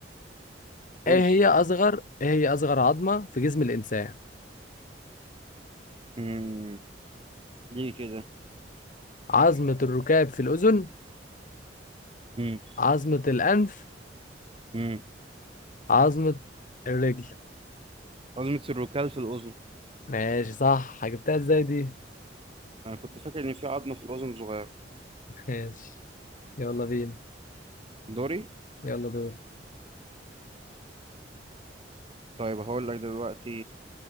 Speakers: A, on the right; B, on the left.
A: قلتي
B: إيه هي أصغر إيه هي أصغر عظمة في جسم الإنسان
A: مم. ليه كده؟
B: عظمة الركاب في الأذن
A: مم.
B: عظمة الأنف
A: مم.
B: عظمة الرجل
A: عظمة الركال في الأذن
B: ماشي صح جبتها إزاي دي
A: أنا كنت فاكر إن في عظمة في الأذن صغيرة
B: <laughs> ماشي يلا بينا
A: دوري؟
B: يلا دور
A: طيب هقول لك دلوقتي